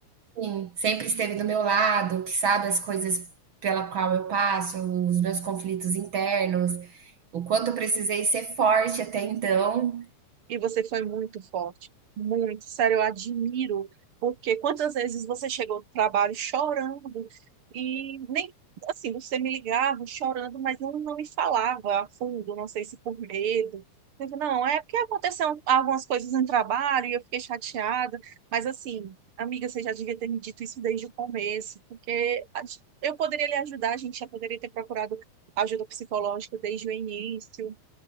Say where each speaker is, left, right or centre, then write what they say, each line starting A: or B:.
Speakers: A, on the right; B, on the right.
A: Sim, sempre esteve do meu lado, que sabe as coisas pela qual eu passo, os meus conflitos internos, o quanto eu precisei ser forte até então.
B: E você foi muito forte, muito, sério, eu admiro, porque quantas vezes você chegou do trabalho chorando e nem assim, você me ligava chorando, mas não, não me falava a fundo, não sei se por medo. Eu digo, Não, é porque aconteceu algumas coisas no trabalho e eu fiquei chateada, mas assim, amiga, você já devia ter me dito isso desde o começo, porque a- gen- eu poderia lhe ajudar, a gente já poderia ter procurado ajuda psicológica desde o início